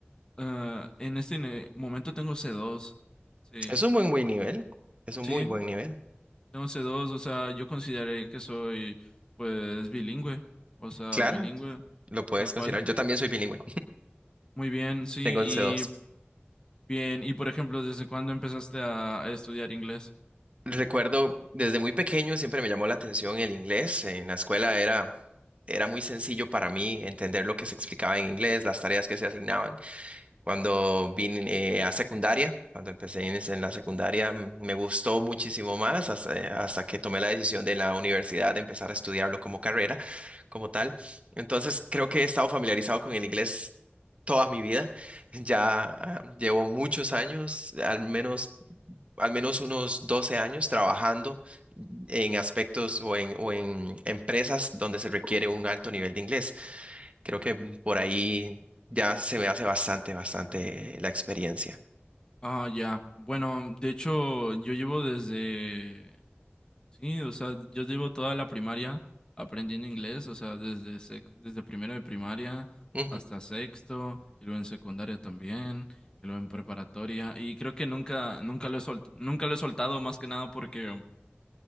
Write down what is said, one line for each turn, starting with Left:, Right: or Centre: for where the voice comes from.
Left: Ah, en este ne- momento tengo c dos Sí.
Right: Es un muy buen nivel, es un
Left: Sí,
Right: muy buen nivel.
Left: Tengo c dos o sea, yo consideraría que soy, pues, bilingüe, o sea,
Right: Claro,
Left: bilingüe,
Right: lo puedes
Left: tal cual.
Right: considerar. Yo también soy bilingüe,
Left: Muy bien,
Right: <laughs>
Left: sí,
Right: tengo
Left: y
Right: 11 dos.
Left: bien, y por ejemplo, ¿desde cuándo empezaste a a estudiar inglés?
Right: Recuerdo desde muy pequeño siempre me llamó la atención el inglés. En la escuela era, era muy sencillo para mí entender lo que se explicaba en inglés, las tareas que se asignaban. Cuando vine eh, a secundaria, cuando empecé en, es- en la secundaria, mm, me gustó muchísimo más hasta, hasta que tomé la decisión de en la universidad de empezar a estudiarlo como carrera, como tal. Entonces, creo que he estado familiarizado con el inglés toda mi vida. Ya ah, llevo muchos años, al menos al menos unos 12 años trabajando en aspectos o en, o en empresas donde se requiere un alto nivel de inglés. Creo que por ahí ya se me hace bastante, bastante eh, la experiencia.
Left: Ah, ya, bueno, de hecho, yo llevo desde, sí, o sea, yo llevo toda la primaria aprendiendo inglés, o sea, desde, sec- desde primero de primaria
Right: Ujú,
Left: hasta sexto, y luego en secundaria también. y luego en preparatoria y creo que nunca nunca lo he sol- nunca lo he soltado más que nada porque